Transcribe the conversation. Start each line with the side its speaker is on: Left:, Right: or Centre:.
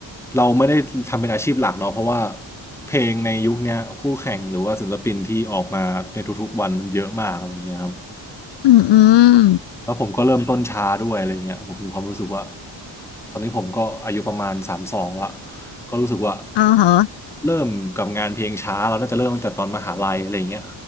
Centre: เราไม่ได้ทำเป็นอาชีพหลักเนาะเพราะว่าเพลงในยุคเนี้ยคู่แข่งหรือว่าศิลปินที่ออกมาในทุกๆวันมันเยอะมากอะไรเงี้ยครับ
Left: อืมอืม
Centre: แล้วผมก็เริ่มต้นช้าด้วยอะไรเงี้ยผมมีความรู้สึกว่าตอนนี้ผมก็อายุประมาณสามสองละก็รู้สึกว่า
Left: อ๋อเหรอ
Centre: เริ่มกับงานเพลงช้าเราน่าจะเริ่มตั้งแต่ตอนมหาลัยอะไรเงี้ย